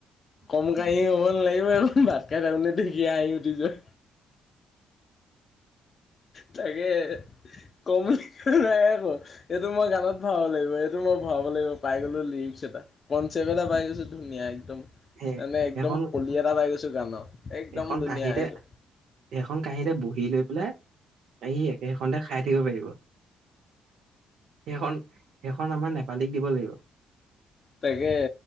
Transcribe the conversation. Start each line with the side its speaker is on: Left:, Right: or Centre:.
Left: কম কাঁহি হ'ব নালাগিব সেইখন, ভাত খাই থাকোঙতে তাৰমনে দেখি আহি উঠি যোৱা। তাকে হে কম নাই আকৌ এইটো মই গানত ভাব লাগিব। এই টো মই ভৰাব লাগিব পাই গ'লো লিৰিক্স এটা। কনচেপ্ট এটা পাই গৈছো ধুনীয়া একদম
Right: সেই
Left: মানে একদম
Right: সেইখন
Left: কলি এটা পাই গৈছো গানৰ একদম
Right: সেইখন
Left: ধুনীয়া
Right: কাঁহীতে
Left: এইটো।
Right: সেইখন কাঁহীতে বহি লৈ পেলাই, এই সি সেইখনতে খাই থকি পাৰিব। সেইখন সেইখন আমাৰ নেপালীক দিব লাগিব
Left: তাকে